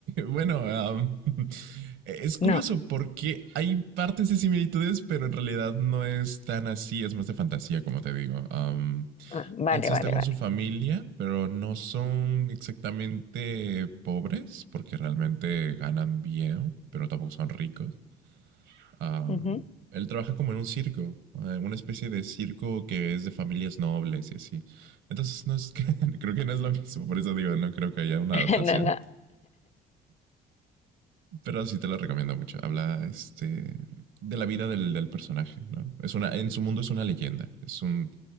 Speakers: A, on the right (about 75°); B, on the left (about 35°).
A: bueno, am, <laughs> es curioso
B: No.
A: porque hay partes de similitudes, pero en realidad no es tan así. Es más de fantasía, como te digo. Am,
B: Ah, vale,
A: Ed sí
B: vale,
A: está con
B: vale.
A: su familia, pero no son exactamente pobres porque realmente ganan bien, pero tampoco son ricos. Am,
B: Ujú.
A: él trabaja como en un circo, eh, una especie de circo que es de familias nobles y así. Entonces, no es que, <laughs> creo que no es lo mismo, por eso digo, no creo que haya una
B: <laughs>
A: adaptación.
B: No, no.
A: Pero sí te lo recomiendo mucho. Habla este, de la vida del, del personaje, ¿no? Es una, en su mundo es una leyenda, es un,